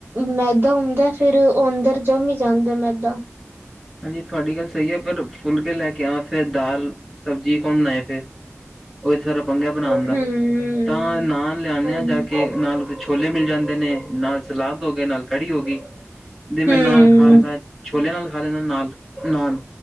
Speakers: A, on the right; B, in the centre.
A: ਮੈਦਾ ਹੁੰਦਾ ਫਿਰ ਓ ਅੰਦਰ ਜਮ ਹੀ ਜਾਂਦਾ ਮੈਦਾ
B: ਹਾਂਜੀ ਤੁਹਾਡੀ ਗੱਲ ਸਹੀ ਹੈ ਪਰ ਫੁਲਕੇ ਲੈ ਕੇ ਆਵਾਂ ਫਿਰ ਦਾਲ ਸਬਜ਼ੀ ਕੌਣ ਬਣਾਏ ਫਿਰ ਉਹ ਸਾਰਾ ਪੰਗਾਂ ਬਣਾਉਣ ਦਾ
A: ਹੂੰ
B: ਤਾਂ ਨਾਨ ਲਿਆਦੇ
A: ਹੂੰ
B: ਹਾਂ ਜਾ ਕੇ ਨਾਲ ਉਹਦੇ ਛੋਲੇ ਮਿਲ ਜਾਂਦੇ ਨੇ ਨਾਲ ਸਲਾਦ ਹੋ ਗਏ ਨਾਲ ਕੜੀ ਹੋ ਗਈ ਤੇ ਮੈਂ
A: ਹੂੰ
B: ਨਾਲ ਖਾ ਲਾ ਛੋਲੇ ਨਾਲ ਖਾ ਲੈਂਦਾ ਨਾਲ ਨਾਨ